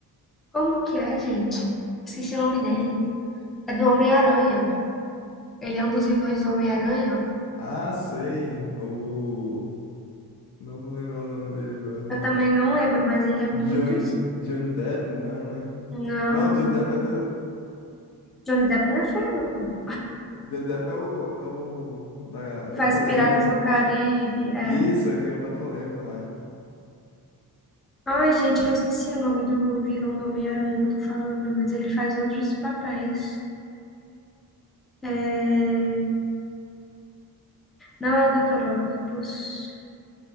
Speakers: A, in the centre; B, on the left (about 75°).
A: Como que é, gente? Esqueci o nome dele. É do Homem-Aranha. Ele é um dos vilões do Homem-Aranha, ó.
B: Ah, sei. O. Não vou lembrar o nome dele agora.
A: Eu também não lembro, mas ele é muito.
B: Johnny,
A: es-
B: Johnny Depp, não, né?
A: Não.
B: Não, Johnny Depp é do.
A: Johnny Depp não é feio, não, pô.
B: Johnny Depp é o, é o da, da
A: Faz
B: polêmica.
A: Piratas do Caribe. É...
B: Isso, ele é o da polêmica lá.
A: Ai, gente, eu esqueci o nome do vilão do Homem-Aranha que eu tô falando, mas ele faz outros papéis. É... Não é o Dr. Octopus,